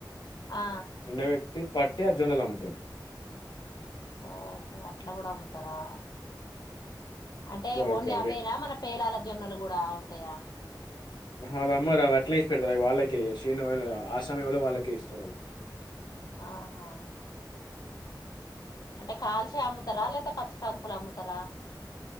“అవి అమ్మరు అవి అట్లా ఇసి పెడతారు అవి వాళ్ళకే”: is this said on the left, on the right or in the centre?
Left